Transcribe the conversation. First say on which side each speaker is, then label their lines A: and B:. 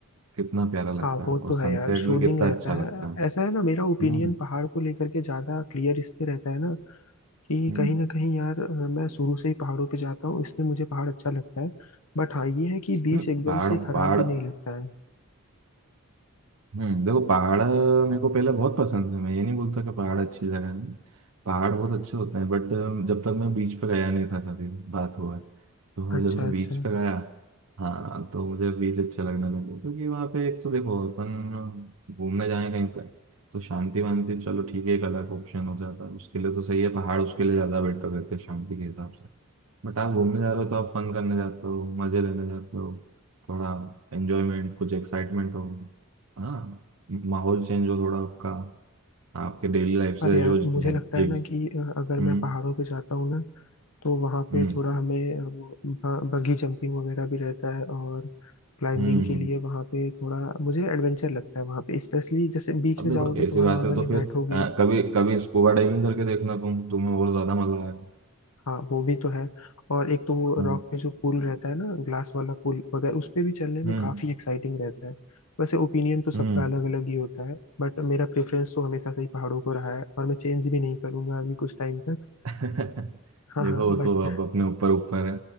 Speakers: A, on the right; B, on the left.
A: कितना प्यारा लगता
B: हाँ वो
A: है और
B: तो
A: सनसेट
B: है यार सूदिंग
A: भी कितना
B: रहता
A: अच्छा लगता
B: है
A: है
B: ऐसा है ना मेरा ओपिनियन
A: हम्म
B: पहाड़ को लेकर के ज्यादा क्लियर इसलिए रहता है ना कि
A: हम्म।
B: कहीं ना कहीं यार अ, मैं शुरू से ही पहाड़ों पे जाता हूँ इसलिए मुझे पहाड़ अच्छा लगता है बट हाँ ये है कि बीच
A: हम्म,
B: एकदम
A: पहाड़
B: से खराब
A: पहाड़
B: भी नहीं लगता है
A: हम्म देखो पहाड़ मेरे को पहले बहुत पसंद है मैं ये नहीं बोलता कि पहाड़ अच्छी जगह नहीं पहाड़ बहुत अच्छे होते हैं बट जब तक मैं बीच पे गया नहीं था कभी बात हुआ है। तो
B: अच्छा
A: जब मैं
B: अच्छा
A: बीच पे गया हाँ तो मुझे बीच अच्छा लगने लगा क्योंकि वहाँ पे एक तो देखो अपन घूमने जाए कहीं पे तो शांति वांति चलो ठीक है एक अलग ऑप्शन हो जाता है उसके लिए तो सही है पहाड़ उसके लिए ज़्यादा बेटर रहते हैं शांति के हिसाब से बट आप घूमने जा रहे हो तो आप फन करने जाते हो मज़े लेने जाते हो थोड़ा एंजॉयमेंट कुछ एक्साइटमेंट हो हाँ माहौल चेंज हो थोड़ा आपका आपके डेली लाइफ
B: पर
A: से
B: यार
A: जो झ-
B: मुझे लगता
A: झिग
B: है ना कि अ, अगर
A: हम्म
B: मैं पहाड़ों पे जाता हूँ ना तो वहाँ पे
A: हम्म
B: थोड़ा हमें अ, वो ब- बगी जंपिंग वगैरह भी रहता है और क्लाइंबिंग
A: हम्म
B: के
A: हम्म।
B: लिए वहाँ पे थोड़ा मुझे एडवेंचर लगता है वहाँ पे स्पेशली जैसे बीच
A: अब
B: में
A: देखो
B: जाओगे तो
A: ऐसी
B: वहाँ
A: बात
B: नॉर्मली
A: है तो फिर
B: बैठोगे
A: अ, कभी कभी स्कूबा डाइविंग करके देखना तुम तुम्हें और ज्यादा मजा आएगा
B: हाँ वो भी तो है और एक तो वो
A: हम्म
B: रॉक पे जो पुल रहता है ना ग्लास वाला पुल वगैरह उस पे भी चलने में
A: हम्म
B: काफी एक्साइटिंग रहता है वैसे ओपिनियन तो सबका
A: हम्म।
B: अलग अलग ही होता है बट मेरा प्रेफरेंस तो हमेशा से ही पहाड़ों को रहा है और मैं चेंज भी नहीं करूंगा अभी कुछ टाइम तक
A: <laughs>
B: हाँ
A: देखो
B: हाँ
A: वो
B: बट
A: तो अब अपने ऊपर ऊपर है